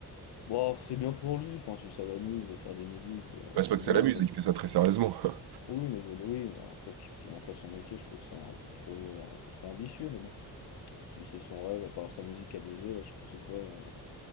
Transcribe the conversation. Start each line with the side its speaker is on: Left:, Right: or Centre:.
Left: Bon, c'est bien pour lui. Enfin, si ça l'amuse de faire des musiques, euh,
Right: Bah,
Left: c'est
Right: c'est pas que
Left: bien.
Right: c'est la musique,
Left: Après,
Right: il fait ça très sérieusement. <laughs>
Left: oui, mais je veux dire, oui, bon, après qu'il qu'il en fasse son métier, je trouve ça un peu trop, un peu trop ambitieux, mais bon. Si c'est son rêve, à part sa musique à buzzer, là, je sais plus c'est quoi euh,